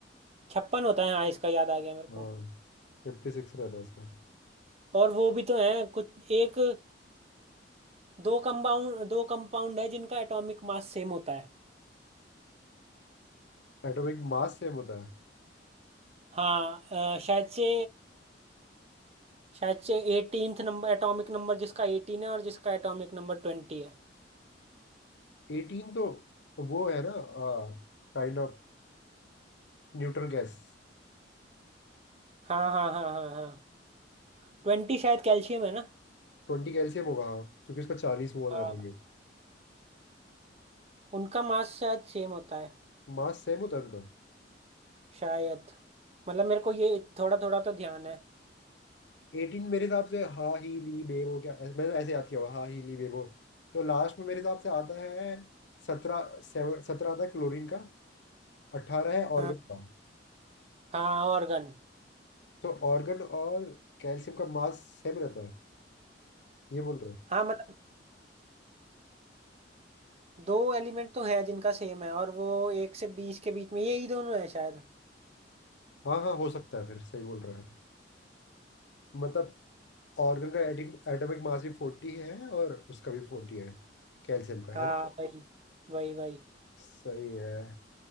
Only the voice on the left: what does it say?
हाँ फिफ्टी सिक्स रहता है इसका
एटॉमिक मास सेम होता है
एटीन तो वो है ना kind of neutral gas
ट्वेंटी calcium होगा हाँ क्योंकि उसका चालीस मोल
रहता है
मास सेम होता है उनका
एटीन मेरे हिसाब से हा ही ली बेबो क्या ऐसे- मैंने ऐसे याद किया हुआ हा ही ली बेबो तो लास्ट में मेरे हिसाब से आता है सत्रह सेवन सत्रह आता है क्लोरीन का अट्ठारह है
ऑर्गन का
तो ऑर्गन और कैल्शियम का मास सेम रहता है ये बोल रहे हैं
हाँ हाँ हो सकता है फिर सही बोल रहा है मतलब ऑर्गन का एटिन एटॉमिक मास भी फोर्टी है और उसका भी फोर्टी है कैल्शियम का है
ना
सही है